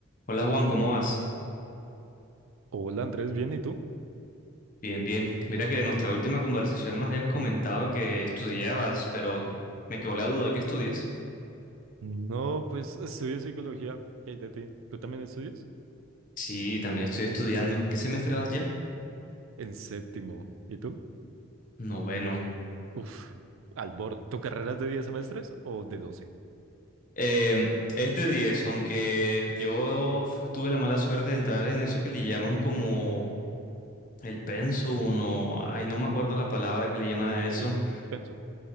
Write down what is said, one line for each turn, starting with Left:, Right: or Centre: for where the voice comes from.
Left: Hola Juan, ¿cómo vas?
Right: Hola Andrés, ¿bien? ¿Y tú?
Left: Bien, bien. Mira que de nuestra última conversación nos habías comentado que estudiabas, pero me quedó la duda, ¿qué estudias?
Right: No, pues estudio psicología. ¿Qué hay de ti? ¿Tú también estudias?
Left: Sí, también estoy estudiando. ¿Qué semestre vas ya?
Right: En séptimo. ¿Y tú?
Left: Noveno.
Right: Uf, al borde. ¿Tu carrera es de 10 semestres o de 12?
Left: Em, es de diez. aunque yo fu- tuve la mala suerte de entrar en eso que le llaman como el pensum o... Ay, no me acuerdo la palabra que le llaman
Right: Ujú,
Left: a eso,
Right: Sí. Pensum.